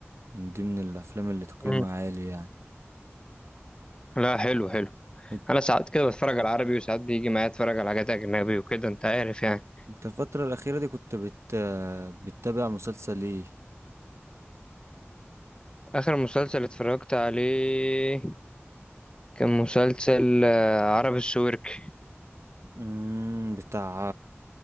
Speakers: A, on the right; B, on the left.
A: من ضمن الافلام اللي تقييمها
B: مم.
A: عالي يعني
B: لا حلو حلو
A: انت
B: انا ساعات كده بتفرج على عربي وساعات بيجي معايا اتفرج على حاجات اجنبي وكده انت عارف يعني
A: إنت الفترة الأخيرة دي كنت بت... بتتابع مسلسل ايه
B: اخر مسلسل اتفرجت عليه كان مسلسل آه، عربي السويرك
A: مم... بتاع